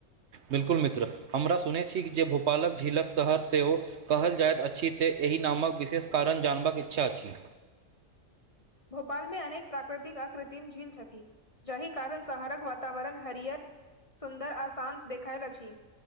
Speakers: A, on the right (about 60°); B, on the left (about 30°).
A: 'बिल्कुल' मित्र! हमरा सुनैत छी जे, भोपालक झीलक शहर सेहो कहल जाइत अछि, तँ एहि नामक विशेष कारण जानबाक इच्छा अछि।
B: भोपालमे अनेक प्राकृतिक अकृत्रिम झील छथि। जहि कारण शहारक वातावरण हरियर, सुन्दर, आ शान्त देखायल अछि।